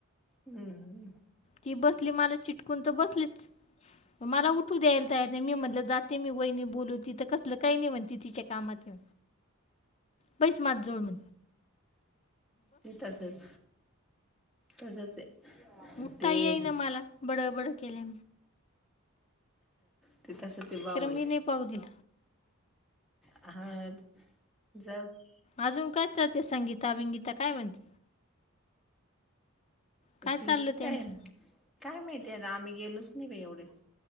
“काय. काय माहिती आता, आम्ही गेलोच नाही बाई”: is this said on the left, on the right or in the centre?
Centre